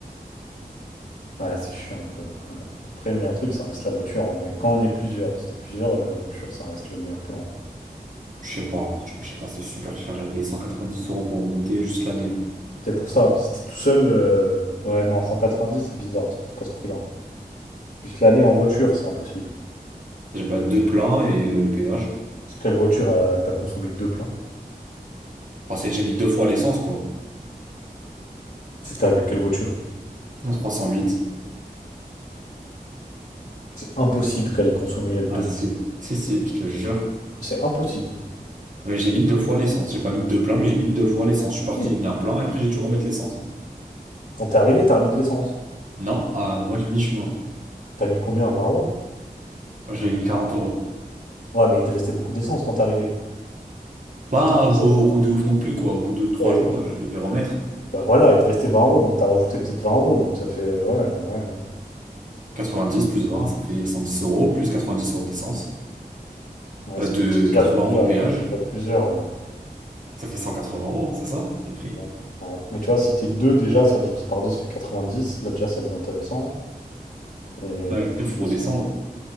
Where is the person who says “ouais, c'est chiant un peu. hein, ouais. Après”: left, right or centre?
Left